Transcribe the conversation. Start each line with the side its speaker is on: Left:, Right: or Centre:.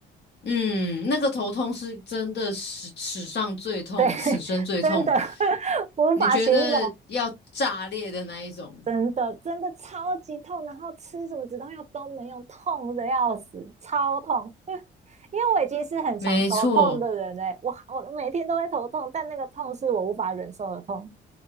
Left: 嗯，那个头痛是真的史史上最痛，
Right: 对，<laughs>
Left: 此生最痛。
Right: 真的 <laughs> 无法形容，
Left: 你觉得要炸裂的那一种？
Right: 真的真的超级痛，然后吃什么止痛药都没用，痛的要死，超痛。因为我已经是很常头痛的人嘞，
Left: 没错，
Right: 我我每天都会头痛，但那个痛是我无法忍受的痛。